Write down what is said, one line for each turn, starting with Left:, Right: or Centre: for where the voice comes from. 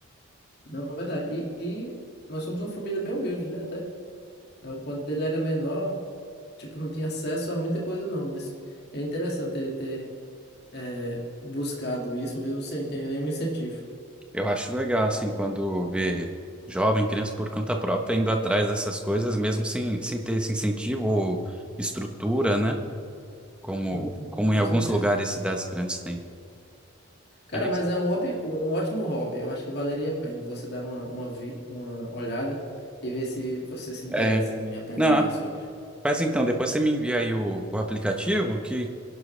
Left: Não, é verdade. E, e nós somos uma família bem humilde, né? Até. Então, quando ele era menor, tipo, não tinha acesso a muita coisa, não. Mas é interessante ele ter é, buscado isso, mesmo sem ter nenhum incentivo.
Centre: Eu acho legal, assim, quando vê jovem, criança por conta própria indo atrás dessas coisas, mesmo sem, sem ter esse incentivo ou estrutura, né? Como,
Left: Uhum,
Centre: como
Left: com
Centre: em alguns
Left: certeza.
Centre: lugares e cidades grandes têm.
Left: Cara,
Centre: É, isso.
Left: mas é um hobby, um um ótimo hobby. Eu acho que valeria a pena você dar uma, uma, vi, uma olhada e ver se você se interessa
Centre: É.
Left: em aprender
Centre: não,
Left: mais sobre.
Centre: mas então, depois você me envia aí o, o aplicativo, que